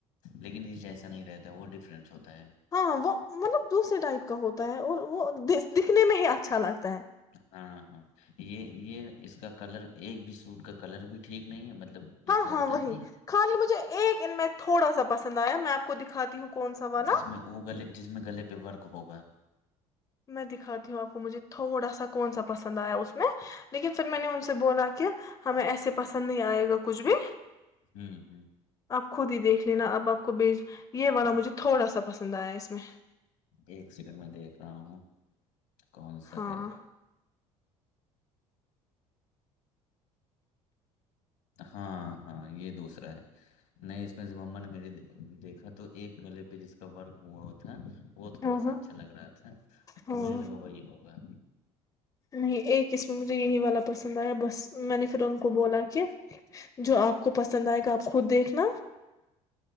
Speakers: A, on the left (about 75°); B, on the left (about 20°).
A: لیکن اس جیسا نہیں رہتا ہے وہ ڈفرینس ہوتا ہے
B: ہاں وہ مطلب دوسرے ٹائپ کا ہوتا تا ہے اور وہ دکھنے میں ہی اچھا لگتا ہے
A: ہاں ہاں یہ یہ اس کا کلر ایک بھی سوٹ کا کلر بھی ٹھیک نہیں ہے مطلب جیسے
B: ہاں ہاں
A: ہوتا
B: وہی
A: ہے نہیں
B: خالی مجھے ایک ان میں تھوڑا سا پسند آیا میں آپ کو دکھ کھاتی ہوں کون سا والا
A: جس میں وہ گلے جس میں گلے پہ ورک ہوگا
B: میں دکھاتی ہوں آپ کو مجھے تھوڑا سا کون سا پسند آیا اس میں لیکن پھر میں نے ان سے بولا کہ ہمیں ایسے پسند نہیں آئے گا کو کھ بھی
A: ہوں ہ
B: آپ خود ہی دیکھ لینا اب آپ کو بھیج یہ والا مجھے تھوڑا سا پسند آیا اس میں
A: ایک سیکنڈ میں دیکھ رہا ہوں کون سا
B: ہاں
A: ہے ہاں ہاں یہ دوسرا ہے نہیں اس میں جب اما نے میری دیکھا تو ایک گلے پہ جس کا ورک ہوا تھا وہ تھوڑا
B: ہاں
A: سا
B: ہاں
A: اچھا لگ رہا تھا تو
B: ہاں
A: مجھے لگا وہی ہوگا
B: نہیں ایکسم بریانی والا پسند آیا بس میں نے پھر ان کو بولا کہ جو آپ کو پسند آئے گا آپ خود دیکھ ن